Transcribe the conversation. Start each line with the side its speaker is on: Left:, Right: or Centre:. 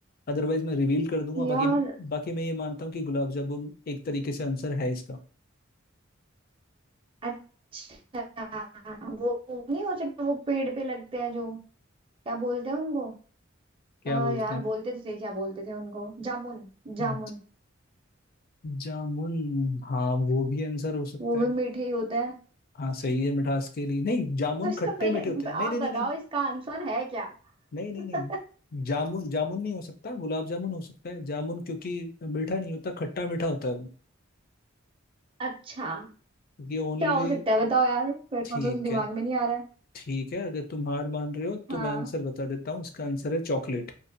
Left: अदरवाइज मैं रिवील कर दूंगा
Right: यार
Left: बाकी बाकी मैं ये मानता हूँ कि गुलाब जामुन एक तरीके से आंसर है इसका
Right: अच्छा वो नहीं हो सकता वो पेड़ पे लगते हैं जो क्या बोलते हैं उनको
Left: क्या
Right: अ,
Left: बोलते
Right: यार बोलते तो थे क्या बोलते थे उनको जामुन जामुन
Left: हैं जामुन हाँ वो भी आंसर हो सकता
Right: वो भी
Left: है
Right: मीठे ही होता है
Left: हाँ सही है मिठास के लिए नहीं जामुन
Right: तो इसका
Left: खट्टे
Right: मे-
Left: मीठे होते हैं
Right: आप
Left: नहीं नहीं
Right: बताओ
Left: नहीं नहीं
Right: इसका आंसर है क्या
Left: नहीं नहीं
Right: <laughs>
Left: नहीं जामुन जामुन नहीं हो सकता गुलाब जामुन हो सकता है जामुन क्योंकि मीठा नहीं होता खट्टा मीठा होता है वो
Right: अच्छा
Left: ये ओनली
Right: क्या हो सकता है बताओ यार मेरे
Left: ठीक
Right: को तो दिमाग
Left: है
Right: में नहीं आ रहा है
Left: ठीक है अगर तुम हार मान रहे हो तो
Right: हाँ
Left: मैं आंसर बता देता हूँ इसका आंसर है चॉकलेट